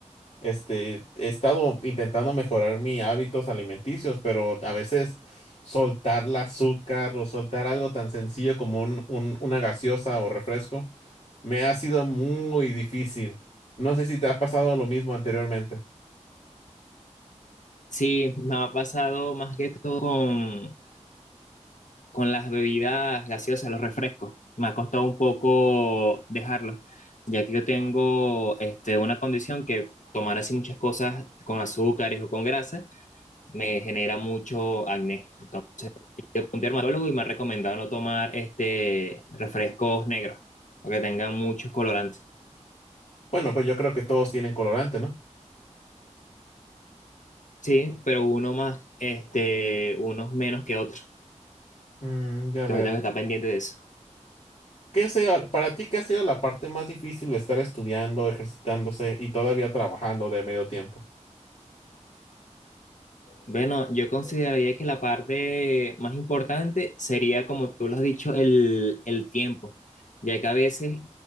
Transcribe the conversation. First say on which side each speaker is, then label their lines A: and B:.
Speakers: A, on the left; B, on the left.
A: Este, he estado intentando mejorar mis hábitos alimenticios, pero a veces soltar el azúcar o soltar algo tan sencillo como un- un- una gaseosa o refresco me ha sido muy difícil. No sé si te ha pasado lo mismo anteriormente.
B: Sí, me ha pasado más que todo con, con las bebidas gaseosas, los refrescos. Me ha costado un poco dejarlo, ya que yo tengo este, una condición que tomar así muchas cosas con azúcares o con grasa me genera mucho acné. Yo fui a un dermatólogo y me ha recomendado no tomar este, refrescos negros, porque tengan muchos colorantes.
A: Bueno, pues yo creo que todos tienen colorante, ¿no?
B: Sí, pero uno más, este, unos menos que otros.
A: Mm, ya
B: Entonces
A: veo.
B: tengo que estar pendiente de eso.
A: ¿Qué ha sido- para ti, qué ha sido la parte más difícil de estar estudiando, ejercitándose y todavía trabajando de medio tiempo?
B: Bueno, yo consideraría que la parte más importante sería, como tú lo has dicho, el, el tiempo, ya que a veces